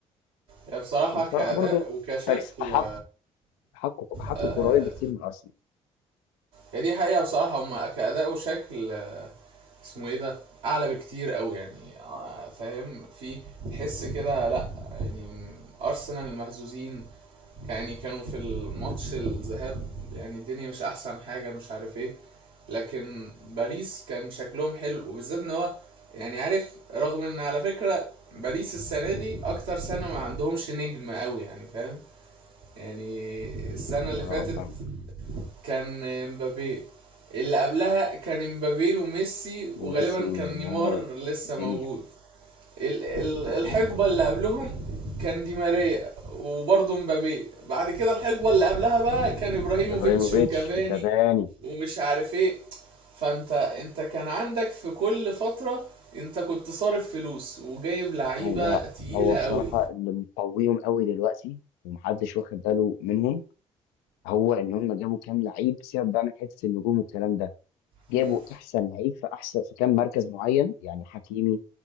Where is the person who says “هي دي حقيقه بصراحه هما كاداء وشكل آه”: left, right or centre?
Right